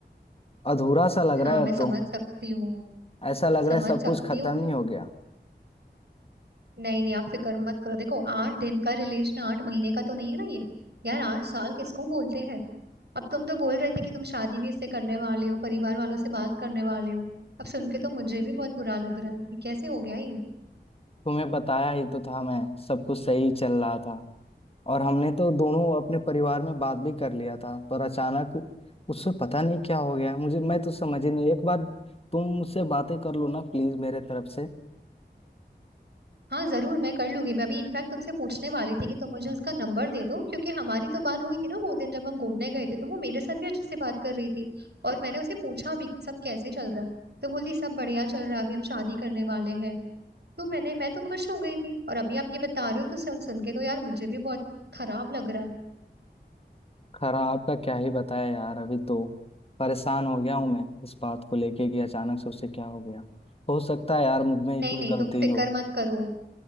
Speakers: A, on the left (about 35°); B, on the right (about 65°).
A: अधूरा सा लग रहा
B: हाँ
A: है
B: मैं
A: अब
B: समझ
A: तो
B: सकती हूँ
A: ऐसा लग रहा
B: समझ
A: है सब
B: सकती
A: कुछ खत्म
B: हूँ
A: ही हो गया
B: नहीं नहीं आप फिक्र मत करो देखो आठ दिन का रिलेशन आठ महीने का तो नहीं है ना ये यार आठ साल किसको बोलते हैं अब तुम तो बोल रहे थे कि तुम शादी भी इससे करने वाले हो परिवार वालों से बात करने वाले हो अब सुन के तो मुझे भी बहुत बुरा लग रहा है कि कैसे हो गया ये
A: तुम्हें बताया ही तो था मैं सब कुछ सही चल रहा था और हमने तो दोनों अपने परिवार में बात भी कर लिया था पर अचानक उ- उससे पता नहीं क्या हो गया मुझे मैं तो समझ ही नहीं एक बार तुम मुझसे बातें कर लो ना प्लीज मेरे तरफ
B: हाँ जरूर मैं कर लूंगी मैं अभी इनफैक्ट तुमसे पूछने वाली थी कि तुम मुझे
A: से
B: उसका नंबर दे दो क्योंकि हमारी तो बात हुई थी ना वो दिन जब हम घूमने गए थे तो वो मेरे साथ भी अच्छे से बात कर रही थी और मैंने उसे पूछा भी कि सब कैसे चल रहा है तो बोलती सब बढ़िया चल रहा है अभी हम शादी करने वाले हैं तो मैंने मैं तो खुश हो गई थी और अभी आप ये बता रहे हो तो सुन सुन के तो यार मुझे भी बहुत खराब लग रहा है
A: खराब का क्या ही बताया यार अभी तो परेशान हो गया हूं मैं इस बात को लेके कि अचानक से उसे क्या हो गया हो सकता है यार मुझ में ही
B: नहीं
A: कोई
B: नहीं
A: गलती
B: तुम फिक्र
A: हो
B: मत करो